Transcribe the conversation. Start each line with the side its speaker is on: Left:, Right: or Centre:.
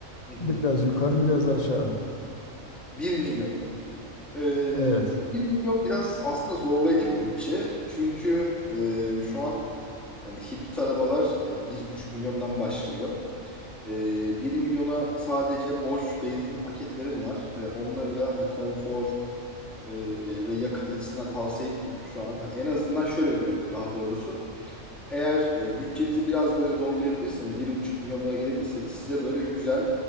Centre: Hı hı.
Left: biraz yukarı biraz aşağı.
Centre: 1 milyon. Ee,
Left: Evet.
Centre: 1 milyon biraz aslında zorlayıcı bir bütçe. Çünkü e, şu an yani hibrit arabalar e, bir buçuk milyondan başlıyor. Ee, 1 milyona sadece boş benzinli paketlerim var. Ee, onları da hani konfor e, ve yakıt açısından tavsiye etmiyorum şu an. Hani en azından şöyle diyorum daha doğrusu. Eğer e, bütçenizi biraz böyle zorlayabilirseniz, 1,5 milyon dolara gelebilirseniz size böyle güzel